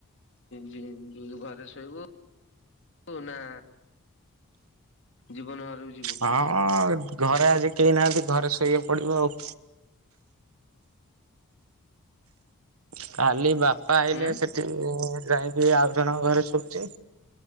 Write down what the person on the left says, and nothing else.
ଯେ ଘରେ ଶୋଇବୁୁ ନା। ଜୀବନ ଘରୁକୁ ଯିବୁ।
ଉଁ